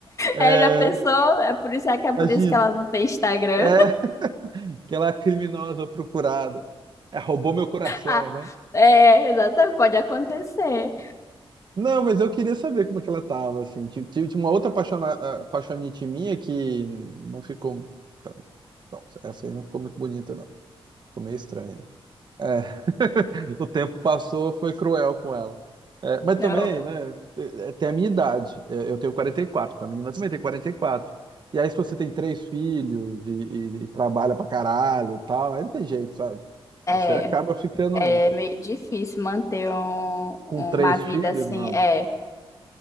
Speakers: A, on the right; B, on the left.
A: É,
B: É, já pensou? É por isso é que é por
A: a Gina.
B: isso que ela não tem Instagram.
A: É,
B: <laughs>
A: aquela criminosa procurada. É, roubou meu coração,
B: Ah,
A: né?
B: é, exatamente, pode acontecer.
A: Não, mas eu queria saber como é que ela tava, assim. Tive, tive uma outra apaixona, apaixonite minha que não ficou Bom, essa aí não ficou muito bonita, não. Ficou meio estranha. É, o tempo passou, foi cruel com ela. É, mas
B: Não,
A: também, né, te- tem a minha idade. É, Eu tenho quarenta e quatro a menina também tem 44. E quatro. E aí, se você tem três filhos e, e- e trabalha pra caralho e tal, aí não tem jeito, sabe?
B: é,
A: Aí Você acaba ficando
B: é é meio difícil manter um-
A: com
B: uma
A: três
B: vida
A: filhos,
B: assim.
A: mano.
B: É,